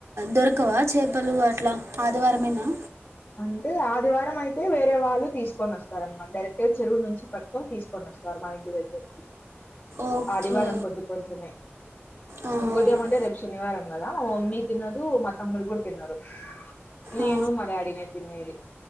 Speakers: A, on the right (about 80°); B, on the left (about 30°).
A: దొరకవా చేపలు అట్లా ఆదివారమేనా
B: అంటే ఆదివారం అయితే వేర వాళ్ళు తీసుకొని వస్తారనమాట డైరెక్ట్గా చెరువు నుంచి పట్టుకొని తీసుకొని వస్తారు మా ఇంటి దగ్గరకి
A: ఓకే
B: ఆదివారం పొద్దుపొద్దున్నే
A: ఆ
B: ఇంకోటి ఏమంటే రేపు శనివారం కదా మా మమ్మీ తిన్నదు మా తమ్డు కూడా తిన్నరు నేను
A: ఆ
B: మ డాడీ నే తినేది